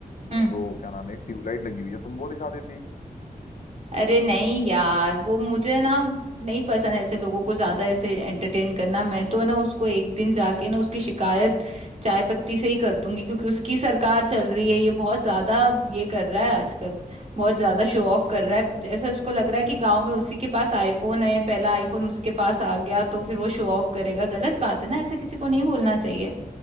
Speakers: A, on the right; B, on the left.
A: हम्म।
B: वो क्या नाम है एक ट्यूबलाइट लगी हुई है तुम वो दिखा देती
A: अरे नहीं यार वो मुझे ना नहीं पसंद ऐसे लोगों को ज्यादा ऐसे एंटरटेन करना मैं तो ना उसको एक दिन जाके ना उसकी शिकायत चाय पत्ती से ही कर दूंगी क्योंकि उसकी सरकार चल रही है ये बहुत ज्यादा ये कर रहा है आजकल बहुत ज्यादा शो ऑफ कर रहा है ऐसा उसको लग रहा है कि गांव में उसी के पास आईफोन है पहला आईफोन उसके पास आ गया
B: हम्म
A: तो
B: हम्म,
A: फिर
B: हम्म।
A: वो शो ऑफ करेगा गलत बात है ना ऐसे किसी को नहीं बोलना चाहिए